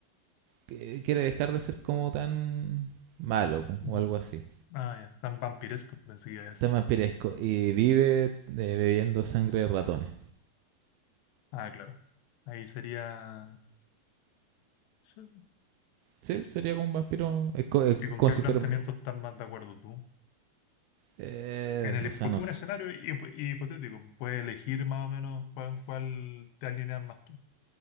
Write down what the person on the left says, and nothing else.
Mm.
Ah, ya. Tan vampiresco pensé que iba a decir.
Ah, claro. Ahí sería... sí.
¿Y con
qué
planteamiento
estás más de acuerdo tú?
En el,
hip-
porque
un escenario hip- hipotético, puedes elegir más o menos cuál, cuál te alineas más tú.